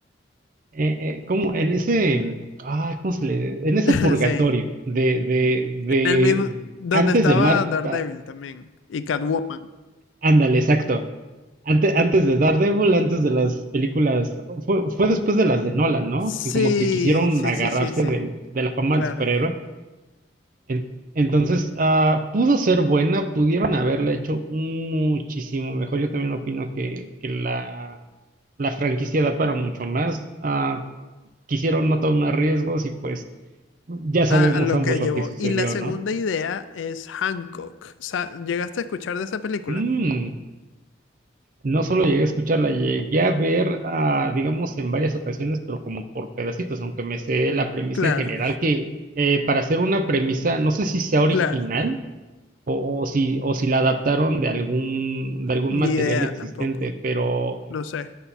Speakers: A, on the right (about 45°); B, on the left (about 85°).
A: eh, como en ese, mm, ah, ¿cómo se le? En ese
B: <laughs>
A: purgatorio
B: Sí.
A: de, de, de
B: En el mismo, donde
A: antes
B: estaba
A: de Mar,
B: Daredevil
A: ah,
B: también y Catwoman.
A: ándale, exacto. Antes, antes de Daredevil, antes de las películas, fue, fue después de las de Nolan, ¿no?
B: Sí,
A: Que como que quisieron
B: sí,
A: agarrarse
B: sí, sí, sí,
A: del- de la fama
B: claro.
A: del superhéroe. En- entonces, ah, pudo ser buena, pudieron haberla hecho muchísimo mejor. Yo también opino que, que la, la franquicia da para mucho más. Ah, quisieron no tomar riesgos y pues ya sabemos
B: A, a lo
A: ambos
B: que
A: lo
B: llevó.
A: que sucedió,
B: Y la segunda
A: ¿no?
B: idea es Hancock. Sa- ¿Llegaste a escuchar de esa película?
A: Mm. No solo llegué a escucharla, llegué a ver, ah, digamos, en varias ocasiones, pero como por pedacitos, aunque me sé la premisa
B: Claro,
A: en general, que eh, para hacer una premisa, no sé si sea original
B: claro.
A: o, o si, o si la adaptaron de algún, de algún
B: Ni
A: material
B: idea
A: existente,
B: tampoco.
A: pero
B: No sé.